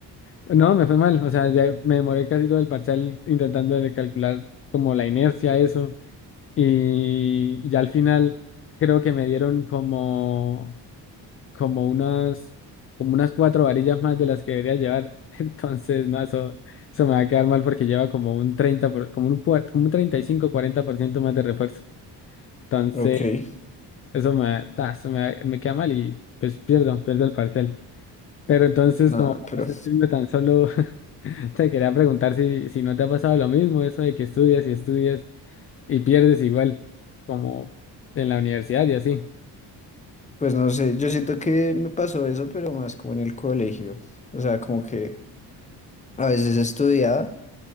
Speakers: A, on the left (about 35°); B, on the left (about 15°).
A: no, me fue mal, o sea, ya me demoré casi todo el parcial intentando de calcular como la inercia, eso. Y ya al final creo que me dieron como, como unas, como unas cuatro varillas más de las que debería llevar. <laughs> Entonces, no, eso, eso me va a quedar mal porque lleva como un 30 por- como un, cuar- como un treinta y cinco cuarenta por ciento más de refuerzo. Entonces,
B: Ok.
A: eso me, ta, eso me, me queda mal y pues pierdo, pierdo el parcial. Pero entonces,
B: No,
A: como para
B: pero
A: no sentirme tan solo, <laughs> te quería preguntar si, si no te ha pasado lo mismo, eso de que estudias y estudias y pierdes igual, como en la universidad y así.
B: pues no sé, yo siento que me pasó eso, pero más como en el colegio. O sea, como que a veces estudiaba.